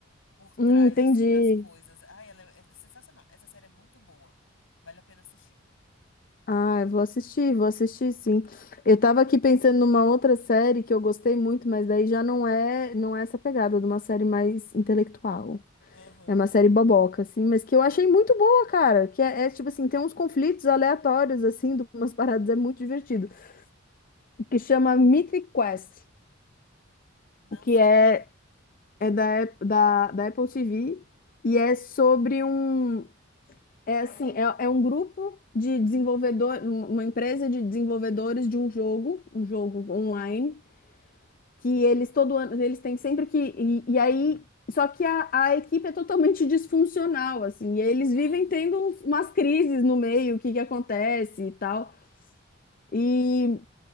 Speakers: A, on the left (about 80°); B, on the left (about 45°).
A: por trás,
B: Hum, entendi.
A: assim, das coisas. Ai, ela é é sensacional. Essa série é muito boa. Vale a pena assistir.
B: Ah, eu vou assistir, vou assistir, sim. Eu tava aqui pensando numa outra série que eu gostei muito, mas daí já não é, não é essa pegada de uma série mais intelectual.
A: Aham.
B: É uma série boboca, assim, mas que eu achei muito boa, cara. Que é, é, tipo assim, tem uns conflitos aleatórios, assim, de umas <laughs> paradas, é muito divertido. O Que
A: Hum,
B: chama Mythic Quest,
A: não
B: o que
A: sei
B: é,
A: qual é.
B: é da, Ap- da, da Apple TV e é sobre um... É assim, é, é um grupo de desenvolvedor, um- uma empresa de desenvolvedores de um jogo, um jogo online, que eles todo ano, eles têm sempre que. E, e aí, só que a, a equipe é totalmente disfuncional, assim, e eles
A: Aham.
B: vivem tendo uns- umas crises no meio, o que que acontece e tal. E,